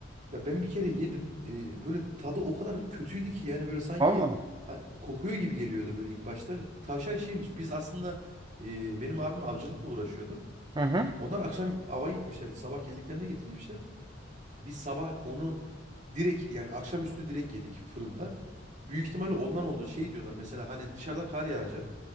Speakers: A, on the right; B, on the right.
A: Ya ben bir kere yedim. E, böyle tadı o kadar kötüydü ki yani böyle sanki
B: Vallahi.
A: ha, kokuyor gibi geliyordu böyle ilk başta. Tavşan şeymiş. Biz aslında e, benim abim avcılıkla uğraşıyordu.
B: Hı hı.
A: Onlar akşam ava gitmişlerdi. Sabah geldiklerinde getirmişler. Biz sabah onu direkt yani akşamüstü direkt yedik fırında. Büyük ihtimalle ondan olduğu şey diyorlar. Mesela hani dışarıda kar yağacak